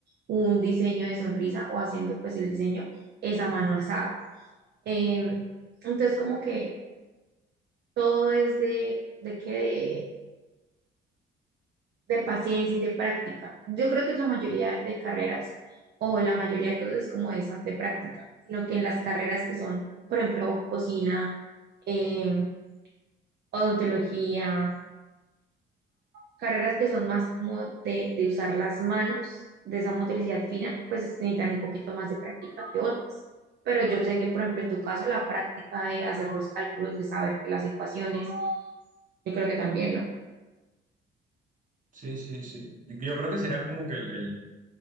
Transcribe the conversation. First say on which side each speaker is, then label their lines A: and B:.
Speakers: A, on the right; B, on the right.
A: un diseño de sonrisa o haciendo pues el diseño es a mano alzada. Em, entonces como que todo es de, de que de, de paciencia y de práctica. Yo creo que la mayoría de carreras o la mayoría de cosas es como esa de práctica, sino que en las carreras que son, por ejemplo, cocina, em, odontología, carreras que son más como de, de usar las manos, de esa motricidad fina, pues necesitan un poquito más de práctica que otras. Pero yo sé que, por ejemplo, en tu caso, la práctica de hacer los cálculos, de saber que las ecuaciones, yo creo que también, ¿no?
B: Sí, sí, sí. Yo creo que sería como que el, el-